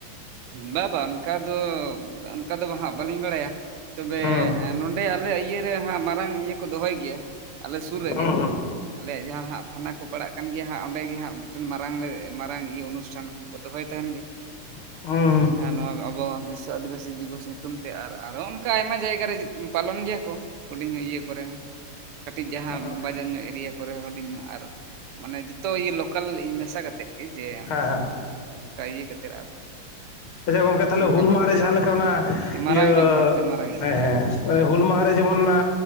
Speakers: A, on the right; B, on the left.
A: ᱵᱟᱵᱟ ᱚᱱᱠᱟ ᱫᱚ ᱚᱱᱠᱟ ᱫᱚ ᱦᱟᱜ ᱵᱟᱹᱞᱤᱧ ᱵᱟᱲᱟᱭᱟ᱾ ᱛᱚᱵᱮ
B: ᱦᱩᱸ
A: ᱱᱚᱰᱮ ᱟᱞᱮ ᱤᱭᱟᱹᱨᱮ ᱦᱟᱜ ᱢᱟᱨᱟᱝ ᱤᱭᱟᱹ ᱠᱚ ᱫᱚᱦᱚᱭ ᱜᱮᱭᱟ ᱟᱞᱮ ᱥᱩᱨ ᱨᱮᱜᱮ᱾
B: ᱦᱩᱸ
A: ᱟᱞᱮᱭᱟᱜ ᱡᱟᱦᱟᱸ ᱦᱟᱸᱜ ᱛᱷᱟᱱᱟ ᱠᱚ ᱯᱟᱲᱟᱜ ᱠᱟᱱ ᱜᱮᱭᱟ ᱦᱟᱸᱜ ᱚᱸᱰᱮ ᱜᱮ ᱦᱟᱸᱜ ᱢᱤᱫᱴᱮᱱ ᱢᱟᱨᱟᱝ ᱞᱮ ᱢᱟᱨᱟᱝ ᱤᱭᱟᱹ ᱚᱱᱩᱥᱴᱷᱟᱱ ᱠᱚᱠᱚ ᱫᱚᱦᱚᱭ ᱛᱟᱦᱮᱱ ᱜᱮ᱾
B: <unintelligible>
A: ᱡᱟᱦᱟᱸ ᱱᱚᱣᱟ ᱟᱵᱚ ᱵᱤᱥᱥᱚ ᱟᱹᱫᱤᱵᱟᱹᱥᱤ ᱫᱤᱵᱚᱥ ᱧᱩᱛᱩᱢ ᱛᱮ, ᱟᱨᱚ ᱚᱱᱠᱟ ᱟᱭᱢᱟ ᱡᱟᱭᱜᱟ ᱨᱮ ᱯᱟᱞᱚᱱ ᱜᱮᱭᱟ ᱠᱚ᱾ ᱦᱩᱰᱤᱧ ᱧᱚᱜ ᱤᱭᱟᱹ ᱠᱚᱨᱮ, ᱠᱟᱹᱴᱤᱡ ᱡᱟᱦᱟᱸ
B: ᱦᱩᱸ
A: ᱵᱟᱡᱟᱨ ᱧᱚᱜ ᱮᱨᱤᱭᱟ ᱠᱚᱨᱮ ᱦᱩᱰᱤᱧ ᱧᱚᱜ ᱟᱨ ᱢᱟᱱᱮ ᱡᱚᱛᱚ ᱞᱳᱠᱟᱞ ᱢᱮᱥᱟ ᱠᱟᱛᱮ ᱡᱮ
B: ᱦᱮᱸ ᱦᱮᱸ
A: ᱚᱱᱠᱟ ᱤᱭᱟ. ᱠᱟᱛᱮᱫ ᱟᱨ
B: ᱟᱪᱪᱷᱟ ᱜᱚᱝᱠᱮ ᱛᱟᱦᱞᱮ
A: ᱚᱱᱠᱟ
B: ᱦᱩᱞ
A: ᱵᱷᱟᱵ
B: ᱢᱟᱦᱟᱨᱮ
A: ᱛᱮᱜᱮ
B: ᱡᱟᱦᱟᱸᱞᱮᱠᱟ ᱚᱱᱟ
A: ᱢᱟᱨᱟᱝ
B: ᱤᱭᱟᱹ
A: ᱧᱚᱜ ᱵᱷᱟᱵᱛᱮ ᱢᱟᱨᱟᱝ ᱧᱚᱜ
B: ᱦᱮᱸ ᱦᱮᱸ ᱦᱩᱞ ᱢᱟᱦᱟ ᱨᱮ ᱡᱮᱢᱚᱱ ᱚᱱᱟ